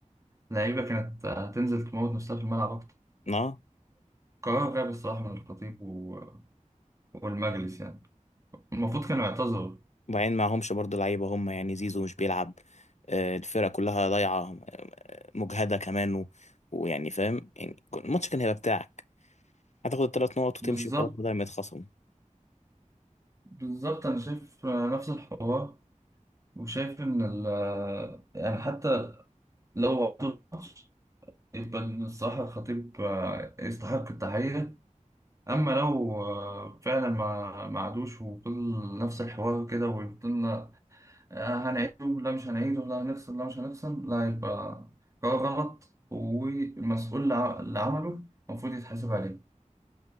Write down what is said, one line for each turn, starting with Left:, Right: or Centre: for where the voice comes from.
Right: لعيبة كانت هتنزل تموت نفسها في الملعب أكتر
Left: اه
Right: قرار غبي الصراحة من الخطيب و... والمجلس يعني المفروض كانوا يعتذروا
Left: وبعدين معهمش برضو لعيبة هم يعني زيزو مش بيلعب آه، الفرقة كلها ضايعة آه، مجهدة كمان و... ويعني فاهم يعني كان- الماتش كان هيبقى بتاعك هتاخد الثلاث نقط وتمشي
Right: بالظبط
Left: وخلاص بدل ما يتخصموا ما
Right: بالظبط أنا شايف نفس الحوار وشايف إن ال... يعني حتى لو عدوا الماتش يبقى الصراحة الخطيب يستحق التحية أما لو فعلا ما ما عادوش وفضل نفس الحوار كده وفضلنا آه، هنعيده لا مش هنعيده لا هنفصل لا مش هنفصل لا يبقى قرار غلط والمسؤول الع- اللي عمله المفروض يتحاسب عليه